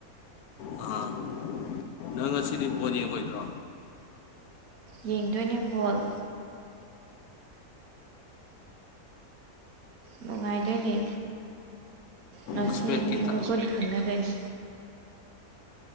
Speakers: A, on the left (about 80°); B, on the right (about 75°).
A: ꯑꯥ ꯅꯪ ꯑꯁꯤꯗꯤ ꯄꯣ ꯌꯦꯡꯉꯣꯏꯗ꯭ꯔꯣ
B: ꯌꯦꯡꯗꯣꯏꯅꯦ ꯕꯣꯜ ꯅꯨꯡꯉꯥꯏꯗꯣꯏꯅꯦ ꯉꯁꯤ
A: ꯎꯁꯕꯦꯀꯤꯇ
B: ꯃꯤ ꯃꯒꯨꯟ ꯈꯪꯅꯒꯅꯤ